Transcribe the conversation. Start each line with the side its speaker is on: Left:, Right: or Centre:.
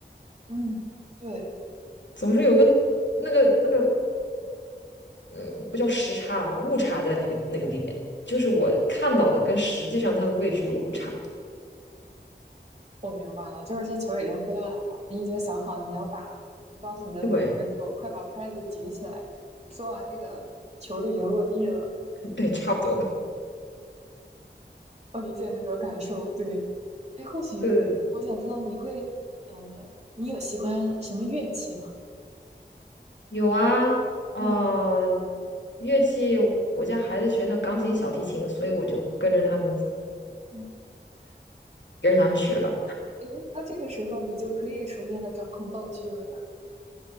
Right: 嗯，对，
Left: 总是有个那个那个，嗯，不叫时差，误差在那个那个里边，就是我看到的跟实际上它的位置有误差。
Right: 我明白了，就是这球已经飞过来了，你已经想好了你要打了你告诉你的你的手，
Left: 对
Right: 快把拍子举起来。说完这个，球儿都已经落地了。
Left: 对，差不多吧。
Right: 我理解那种感受，对。哎，或许我想知道你会，
Left: 对，
Right: 呃，你有喜欢什么乐器吗？
Left: 有啊，啊、
Right: 嗯
Left: 乐器，我家孩子学那钢琴、小提琴，所以我就跟着他们
Right: 嗯，
Left: 跟着他们学吧。
Right: 诶，那这个时候你就可以熟练的掌控道具了呀。